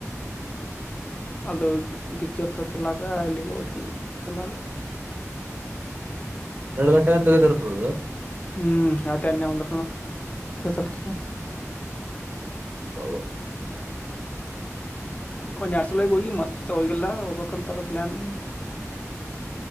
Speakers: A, on the left; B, on the right.
A: ಅದು ಗಿಚ್ಚರ್ಸತಿಲಾಗ ಎಲ್ಲಿಗೆ ಹೋದ ತಿಲಾಗ
B: ಹನ್ನೆರಡು ಗಂಟೆಗಂತ ತೆಗದಿರ್ತದ
A: ಹ್ಮ್ ಆತನ್ನೆ ಒಂದ ಚಲುತ್ತ
B: ಹ
A: ಒಡ್ಸಲಗೆ ಹೋಗಯಿ ಮತ್ತೆ ಹೋಗಲ್ಲ ಹೋಗ್ಬೇಕಂತ ಅದೆ ಪ್ಲಾನ್